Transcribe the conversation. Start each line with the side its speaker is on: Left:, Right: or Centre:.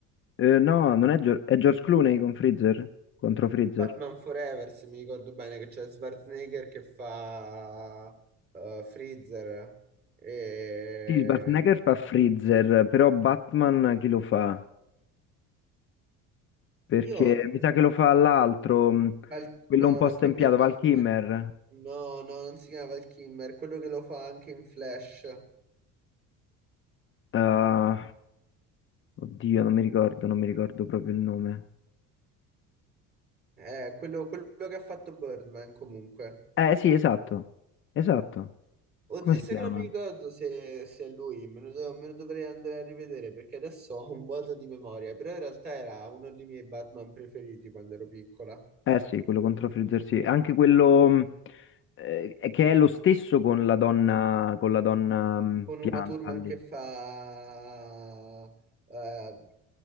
Left: eh, no, non è, Gio- è George Clooney con Freezer, contro Freezer.
Right: Batman Forever, se mi ricordo bene, che c'è Schwarzenegger che fa eh, Freezer. E...
Left: Sì, Schwarzenegger fa Freezer, però Batman chi lo fa? Perché
Right: Io...
Left: mi sa che lo fa l'altro, mh,
Right: Val-
Left: quello
Right: No,
Left: un po'
Right: no,
Left: stempiato,
Right: che Val Kilmer.
Left: Val Kilmer.
Right: No, no, non si chiama Val Kilmer, quello che lo fa anche in Flash.
Left: Ah, oddio, non mi ricordo, non mi ricordo proprio il nome.
Right: Eh, quello, quello che ha fatto Birdman comunque.
Left: Eh sì, esatto, esatto.
Right: Oddio,
Left: Come si
Right: sai
Left: chiama?
Right: che non mi ricordo se, se è lui, me lo, do- me lo dovrei andare a rivedere perché adesso ho un vuoto di memoria, però in realtà era uno dei miei Batman preferiti quando ero piccola.
Left: Eh sì, quello contro Freezer sì. Anche quello mh, eh, eh, che è lo stesso con la donna, con la donna mh,
Right: con
Left: pianta
Right: Uma Thurman
Left: lì.
Right: che fa eh,